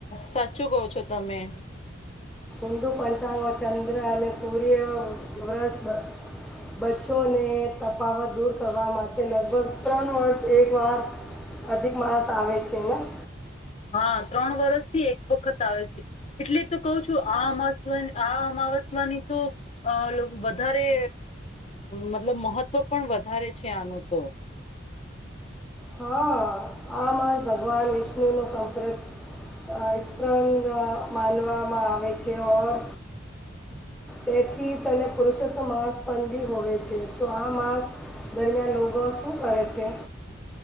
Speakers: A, on the left; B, in the centre.
A: સાચું કહો છો તમે
B: હિદુ પંચાંગો ચંદ્ર અને સૂર્ય વ્રત બચચોને તફાવત દૂર કરવા માટે લગભગ ત્રણ વર્ષ એક વાર અધિક માસ આવે છે. ન
A: હા ત્રણ વરષથી એક વખત આવે છે એટલે તો કહઉ છું આ અમાસ આ અમાવસ્યાની તો અ વધારે મતલબ મહત્વ પણ વધારે છે આનો તો
B: હા આમાં ભગવાન વિષ્ણુ નુ સંપ્રપંગ માનવામાં આવે છેર તેથી તને પુરુષોત્મ માસ પણ બી હોય છે તો આ માસ દરમિયાન લોગો શું કરે છે.